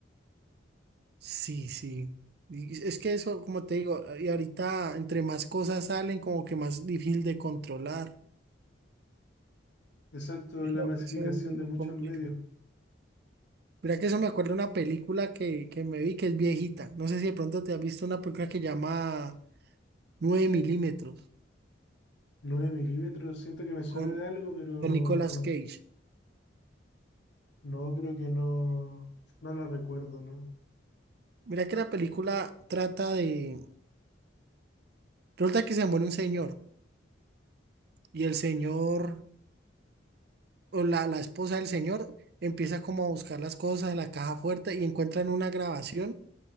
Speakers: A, on the right (about 55°); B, on the left (about 60°).
A: Sí, sí. Y es que eso, como te digo, eh, y ahorita entre más cosas salen, como que más difícil de controlar.
B: Exacto,
A: Eso,
B: la masificación
A: eso es muy
B: de
A: muy
B: muchos
A: complejo.
B: medios.
A: Mira que eso me acuerdo de una película que, que me vi que es viejita. No sé si de pronto te has visto una película que llama nueve milímetros
B: nueve milímetros, siento que me suena
A: con,
B: de algo, pero
A: con
B: no,
A: Nicolas
B: no,
A: Cage.
B: no creo que no, no la recuerdo, ¿no?
A: Mira que la película trata de... Resulta que se muere un señor y el señor o la, la esposa del señor empieza como a buscar las cosas de la caja fuerte y encuentran una grabación